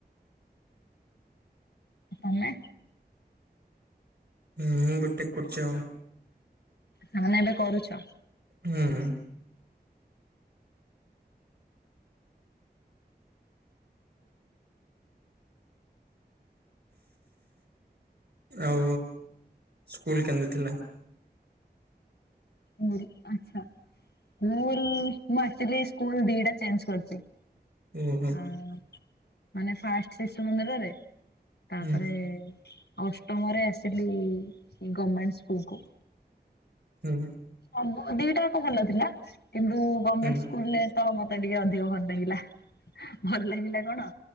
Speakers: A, on the left (about 85°); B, on the right (about 80°).
A: ତମେ?
B: ମୁଁ ବି ଟେକ୍ କରୁଛି ଆଉ।
A: ତାମାନେ ଏବେ କରୁଛ?
B: ହୁଁ। ଆଉ ସ୍କୁଲ କେନ୍ତି ଥିଲା?
A: ଓ ଆଚ୍ଛା। ସ୍କୁଲ, ମୁଁ ଆକ୍ଚୁଆଲି ସ୍କୁଲ ଦିଟା ଚେଞ୍ଜ କରିଛି।
B: ଓହୋ।
A: ହଁ। ମାନେ ଫାଷ୍ଟ ଶିଶୁ ମନ୍ଦିରରେ, ତାପରେ
B: ହୁଁ
A: ଅଷ୍ଟମରେ ଆସିଲି ଗମେଣ୍ଟ ସ୍କୁଲକୁ।
B: ହୁଁ।
A: ସବୁ ଦିଟା ଯାକ ଭଲ ଥିଲା କିନ୍ତୁ ଗମେଣ୍ଟ
B: ହୁଁ
A: ସ୍କୁଲରେ ତ ମତେ ଟିକେ ଅଧିକ ଭଲ ଲାଗିଲା। ଭଲ ଲାଗିଲା କଣ,